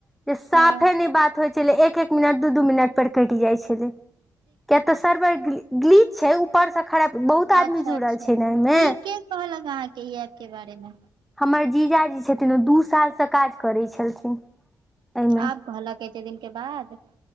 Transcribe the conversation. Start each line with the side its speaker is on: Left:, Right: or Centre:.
Centre: जे साफे
Right: हँ
Centre: नय बात होइ छलै एक एक मिनट दू दू मिनट पर केट जाइ छलै किया तऽ सर्वर ग्लीच छै ऊ पर से खड़ बहुत आदमी
Right: अच्छा
Centre: जुड़ल
Right: अच्छा
Centre: छै ने ऐयमे
Right: ई के कहलक अहाँके ई ऐप के बारे मे
Centre: हमर जीजा जी छथिन ओ दू सालसँ काज करै छलखिन एहिमे
Right: आब कहलक एते दिन के बाद